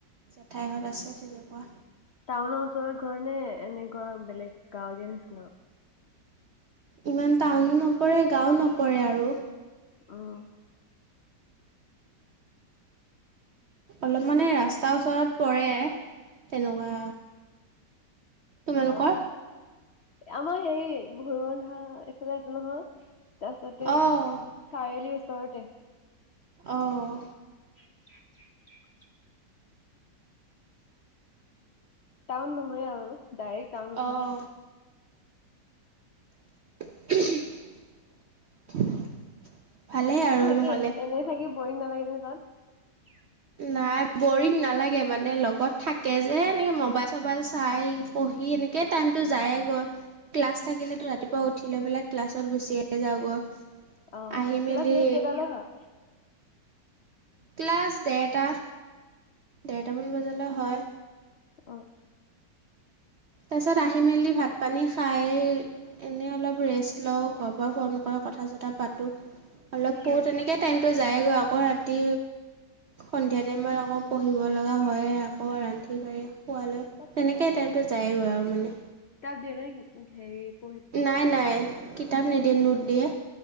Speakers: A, on the right; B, on the left.
A: জেঠাইহত আছে তেনেকুৱা
B: টাউনৰ ওচৰত ঘৰণে এনেকুৱা বেলেগ গাঁৱলীয়া নিচিনা?
A: ইমান টাউন নপৰে, গাঁও নপৰে আৰু।
B: অহ
A: অলপ মানে ৰাস্তাৰ ওচৰত পৰে তেনেকুৱা তোমালোকৰ?
B: অ' আমাৰ হেৰি ভোৰ বন্ধা এইফালে আছে নহয় তাছতে
A: অ',
B: চাৰিআলিৰ ওচৰতে।
A: অহ
B: <inaudible> টাউন নহয় আৰু ডাইৰেক্ট টাউন
A: অ',
B: নহয় আৰু।
A: <unintelligible> ভালেই
B: তাত
A: আৰু
B: থাকি
A: নহলে।
B: এনে থাকি বৰিং নালাগে নহয় তাত?
A: নাই বৰিং নালাগে মানে লগত থাকে যে এনেকে মবাইল চবাইল চাই পঢ়ি কেনেকৈ টাইমটো যায়েইগৈ। ক্লাছ থাকিলেতো ৰাতিপুৱা উঠি লৈ পেলাই ক্লাছত গুচিয়ে যাওঁগৈ।
B: অ'
A: আহি
B: ক্লাছ
A: মেলি
B: এনেই কেইটা লৈ হয়?
A: ক্লাছ ডেৰটা, ডেৰটামান বজালৈ হয়।
B: অঁ।
A: তাৰপিছত আহি মেলি ভাত পানী খাই এনেই অলপ ৰেষ্ট লওঁ, ঘৰৰ পৰা ফোন কৰে। কথা চথা পাতোঁ। অলপ সৰু
B: উম।
A: তেনেকৈ টাইমটো যায়গৈ আকৌ ৰাতি সন্ধিয়া টাইমত আকৌ। পঢ়িব লগা হয়। আকৌ ৰান্ধি বাঢ়ি খোৱালৈ
B: তাততো
A: তেনেকেই টাইমটো পাই গৈ আৰু মানে।
B: দে ন হে <unintelligible>
A: নাই, নাই কিতাপ নিদিয়ে, নোট দিয়ে।